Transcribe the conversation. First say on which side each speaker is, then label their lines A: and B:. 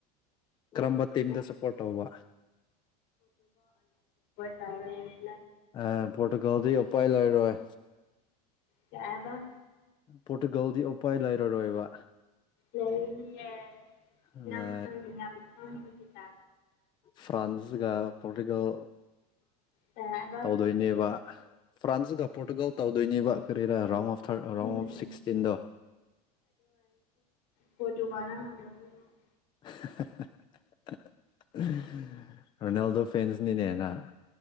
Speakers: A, on the left; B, on the left.
A: ꯀꯔꯝꯕ ꯇꯗ ꯁꯄꯣꯔ ꯋꯥꯕ
B: ꯇꯧꯦ <inaudible> <unintelligible>
A: ꯑ ꯄꯣꯇꯣꯒꯜꯗ ꯑꯣꯄꯄꯥ ꯂꯥꯏꯔꯣꯦ
B: ꯀꯌꯥꯕ <inaudible>
A: ꯄꯣꯔꯇꯨꯒꯜꯗꯤ ꯎꯄꯥꯏ ꯂꯩꯔꯔꯣꯏꯕ
B: ꯂꯩ ꯌꯥꯝꯝ ꯈꯤ
A: ꯑꯗꯨꯅ
B: ꯌꯥꯝꯝ ꯈꯪꯕꯒꯤꯗ
A: ꯐ꯭ꯔꯥꯟꯁꯒ ꯄꯣꯂꯤꯇꯤꯀꯦꯜ
B: ꯀꯩꯍꯥꯏꯕ
A: ꯇꯧꯗꯣꯏꯅꯦꯕ ꯐ꯭ꯔꯥꯟꯁꯒ ꯄꯣꯔꯇꯨꯒꯜ ꯇꯧꯗꯣꯏꯅꯦꯕ ꯀꯔꯤꯔꯥ ꯔꯥꯎ of third
B: um
A: round of ꯁꯤꯛꯁꯇꯤꯟꯗꯣ
B: ꯀꯣ ꯇꯨ ꯋꯥꯅ <unintelligible> <inaudible>
A: <unintelligible> <inaudible> ꯔꯣꯅꯥꯜꯗꯣ ꯐꯦꯟꯁ ꯅꯅꯦꯅ